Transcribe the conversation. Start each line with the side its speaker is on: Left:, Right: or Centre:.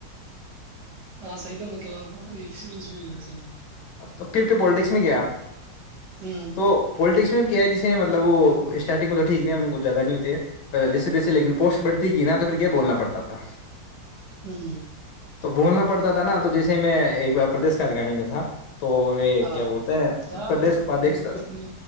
Right: ہاں صحیح تو مطلب آپ کو ایکسپیرنس بھی ہو گیا صحیحات
Left: اب تو پھر پہ پالیٹکس میں گیا
Right: ہوں
Left: تو پولٹکس میں کیا جسے مطلب وہ اسٹارٹنگ میں تو ٹھیک نہیں ہم ک زیادہ نہیں ہوتے ہے جیسے جیسے لیکن پوسٹ بڑتی گ نا تو پھر کیا بولنا پڑتا تھا
Right: ہوں ہ
Left: تو بھولنا پڑتا تھا نا تو جیسے میں ایک بار پردیش کار گاڑی میں تھا تو یہ
Right: ہاں
Left: کیا بولتے ہیں
Right: جناب
Left: پردیش
Right: یہ
Left: اپادھیش
Right: مکمل ہوگی اپنی